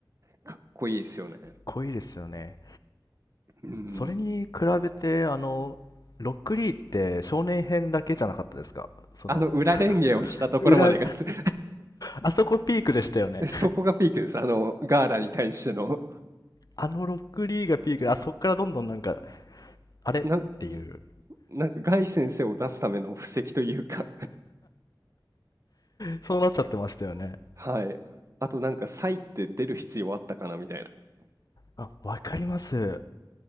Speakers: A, on the right (about 40°); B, on the left (about 50°).
A: かっこいいですよね。
B: 濃いですよね。
A: うん。
B: それに比べて、あの、ロックリーって少年編だけじゃなかったですかその、
A: あの裏レンゲをしたところまでがす
B: 裏、<laughs> あ
A: <laughs>
B: あそこピークでしたよね。
A: <laughs> そこがピークです。あの、ガーラに対しての。
B: あのロックリーがピークで、あそこからどんどんなんか、あれっていう、
A: <laughs> なん、なんか、ガイ先生を出すための布石というか
B: そうなっちゃってましたよね。
A: <laughs> はい。あと、なんか、サイって出る必要あったかなみたいな。
B: あ、わかります。